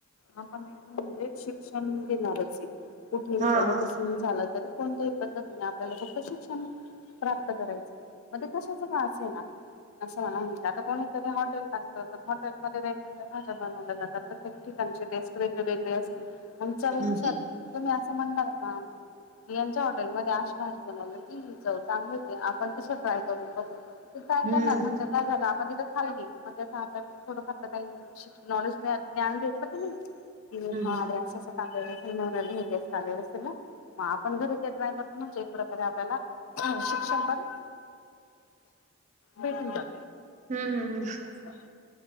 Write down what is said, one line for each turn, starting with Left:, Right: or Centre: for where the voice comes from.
Left: आपण <unintelligible> म्हणजे शिक्षण देणारच कुठेई
Right: हा
Left: गलो
Right: हा
Left: कस झालं तरी कोणत्याही पद्धतीने आपल्याला फक्त शिक्षण प्राप्त करायचं. म कशाच का असेना अस <unintelligible> आता कोणीतरी हॉटेल टाकत तर हॉटेलमध्ये- - भाज्या बनवल्या जातात प्रत्येक ठिकाणची टेस्ट वेगळी वेगळे असते आपण चविनुसार
Right: हम्म
Left: तुम्ही असं म्हणणार का यांच्या हॉटेलमध्ये असे -- भाजी बनवली की चव चांगली ये आपण तसं ट्राय करून बघु. तु ट्राय
Right: हम्म
Left: करणार म्हणजे काय झालं आपण तिथं खाली गेली मग त्या आपल्याला थोडफार <unintelligible> नॉलेज म ज्ञान भेेटलं कनी. ती लोक हा
Right: हम्म
Left: आस आस टाकायल्यात तेन वेगळी टेस्ट आली असेल ना. मग आपण घरी ते ट्राय करतो म्हणजे एक प्रकारे आपल्याला ह शिक्षण पण भेटुन जात.
Right: हम्म, हम्, हम्.
Left: असं